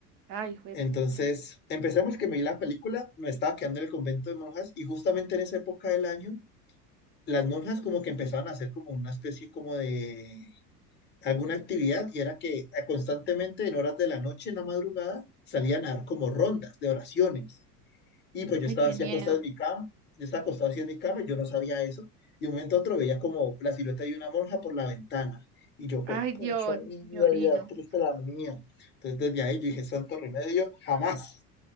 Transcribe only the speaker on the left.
Entonces, empezamos que me vi la película, me estaba quedando en el convento de monjas y justamente en esa época del año, las monjas como que empezaban a hacer como una especie como de alguna actividad y era que eh, constantemente en horas de la noche, en la madrugada, salían a dar como rondas de oraciones. Y pues yo
estaba
así
acostado en mi cama, yo estaba acostado así en mi cama y yo no sabía eso. Y de un momento a otro veía como la silueta de una monja por la ventana. Y yo fue,
pucha
vida,
vida triste la mía. Entonces desde ahí yo dije, santo remedio, jamás.